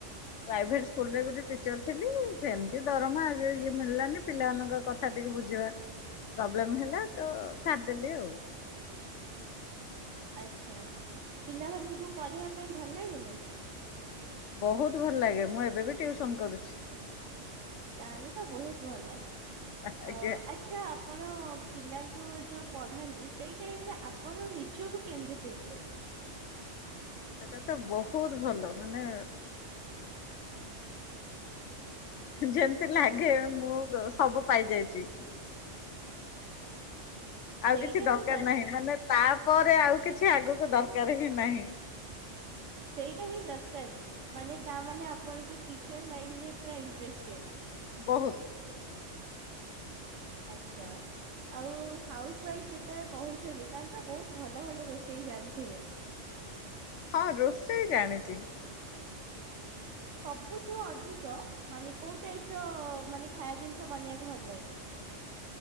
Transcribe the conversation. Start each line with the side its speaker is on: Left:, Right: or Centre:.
Left: ପ୍ରାଇଭେଟ ସ୍କୁରେ ଗୋଟେ ଟିଚର ଥିଲି। ସେମିତି ଦରମା ଆ ଇଏ ମିଳିଲାନି ପିଲାମାନଙ୍କ କଥା ଟିକେ ବୁଝିବା। ପ୍ରୋବ୍ଲେମ ହେଲା ତ ଛାଡିଦେଲି ଆଉ।
Right: ଆଚ୍ଛା ପିଲାମାନଙ୍କୁ ପଢ଼େଇିବା ପାଇଁ ଭଲ ଲାଗେନି।
Left: ବହୁତ୍ ଭଲ ଲାଗେ ମୁଁ ଏବେ ବି ଟିଉସନ୍ କରୁଛି।
Right: ତାହେଲେ ତ ବହୁତ୍ ଭଲ ଅ।
Left: ଆଜ୍ଞା।
Right: ଆଚ୍ଛା ଆପଣ ପିଲାଙ୍କୁ ଯୋଉ ପଢାନ୍ତି ସେଇ ଟାଇମ୍ ରେ ଆପଣ ନିଜକୁ କେମିତି ଫି୍ଲ ହୁଏ।
Left: ସେଟା ତ ବହୁତ୍ ଭଲ ମାନେ। ଯେମତି ଲାଗେ ମୁଁ ସବୁ ପାଇଯାଇଛି। ଆଉ
Right: ସେଇଟା
Left: କିଛି ଦରକାର
Right: ହିଁ
Left: ନାହିଁ ମାନେ ତାପରେ ଆଉ କିଛି ଆଗକୁ ଦରକାର ହିଁ ନାହିଁ।
Right: ସେଇଟା ହିଁ ଦରକାର ମାନେ ତା ମାନେ ଆପଣଙ୍କୁ ଟିଚର ଲାଇନ୍ ରେ ପୁରା ଇଣ୍ଟେଷ୍ଟେଡ୍।
Left: ବହୁତ୍।
Right: ଆଚ୍ଛା। ଆଉ ହାଉସ ୱାଇଫ୍ ଯେତେବେଳେ କହୁଛନ୍ତି ତାେଲେ ତ ବହୁତ୍ ଭଲ ଭଲ ରୋଷେଇ ଜାଣିଥିବେ।
Left: ହଁ ରୋଷେଇ ଜାଣିଛି।
Right: ସବୁଠୁ ଅଧିକ ମାନେ କୋଉ ଟାଇପ୍ ର ମାନେ ଖାଇବା ଜିନିଷ ବନେଇବାକୁ ଭଲ ଲାଗେ।